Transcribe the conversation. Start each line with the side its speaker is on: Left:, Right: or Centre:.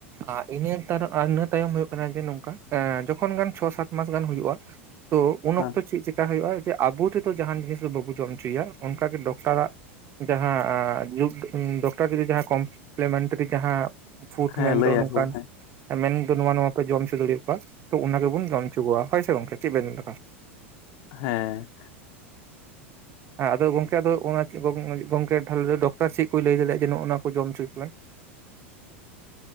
Right: ᱟᱸ, ᱤᱱᱟᱹ ᱛᱟᱨ ᱤᱱᱟᱹ ᱛᱟᱭᱚᱢ ᱦᱩᱭᱩᱜ ᱠᱟᱱᱟ ᱡᱮ ᱱᱚᱝᱠᱟ, ᱮᱸ ᱡᱚᱠᱷᱚᱱ ᱜᱟᱱ ᱪᱷᱚ ᱥᱟᱛ ᱢᱟᱥ ᱜᱟᱱ ᱦᱩᱭᱩᱜ-ᱟ ᱛᱚ ᱩᱱ
Left: ᱦᱮᱸ
Right: ᱚᱠᱛᱚ ᱪᱮᱫ ᱪᱮᱠᱟ ᱦᱩᱭᱩᱜ-ᱟ ᱡᱮ ᱟᱵᱚ ᱛᱮᱫᱚ ᱡᱟᱦᱟᱱ ᱡᱤᱱᱤᱥ ᱫᱚ ᱵᱟᱹᱵᱩ ᱡᱚᱢ ᱚᱪᱚᱭᱮᱭᱟ, ᱚᱱᱠᱟ ᱜᱮ ᱰᱚᱠᱴᱟᱨᱟᱜ ᱡᱟᱦᱟᱸ ᱟᱸᱻ ᱡᱩᱜᱽ ᱩᱸ ᱰᱚᱠᱴᱚᱨ ᱡᱩᱫᱤ ᱡᱟᱦᱟᱸ ᱠᱚᱢᱯᱞᱮᱢᱮᱱᱴᱟᱨᱤ ᱡᱟᱦᱟᱸ ᱯᱷᱩᱴ
Left: ᱦᱮᱸ
Right: ᱢᱮᱱ
Left: ᱞᱟᱹᱭ
Right: ᱫᱚ ᱱᱚᱝᱠᱟᱱ
Left: ᱟᱠᱚ ᱦᱮᱸ
Right: ᱢᱮᱱ ᱫᱚ ᱱᱚᱣᱟ ᱱᱚᱣᱟ ᱠᱚ ᱡᱚᱢ ᱚᱪᱚ ᱫᱟᱲᱤᱭᱟ ᱠᱚᱣᱟ, ᱛᱚ ᱚᱱᱟ ᱜᱮᱵᱚᱱ ᱡᱚᱢ ᱚᱪᱚ ᱠᱚᱣᱟ᱾ ᱦᱳᱭ ᱥᱮ ᱜᱚᱝᱠᱮ ᱪᱮᱫ ᱵᱮᱱ ᱰᱟᱠᱟ?
Left: ᱦᱮᱸ᱾
Right: ᱦᱮᱸ ᱟᱫᱚ ᱜᱚᱝᱠᱮ ᱟᱫᱚ ᱦᱚᱸᱜ-ᱚᱱᱟ ᱪᱮᱜ ᱠᱚ ᱵᱮᱱ ᱞᱟᱹᱜᱤᱫ ᱜᱚᱝᱠᱮ ᱛᱟᱞᱦᱮ ᱞᱟᱹᱭ ᱰᱚᱠᱴᱚᱨ ᱪᱤᱜ ᱠᱚᱭ ᱞᱟᱹᱭ ᱫᱟᱲᱮᱭᱟᱜ-ᱟ ᱡᱮ ᱱᱚᱜ-ᱚᱱᱟ ᱠᱚ ᱡᱚᱢ ᱚᱪᱚᱭ ᱠᱚ ᱵᱮᱱ?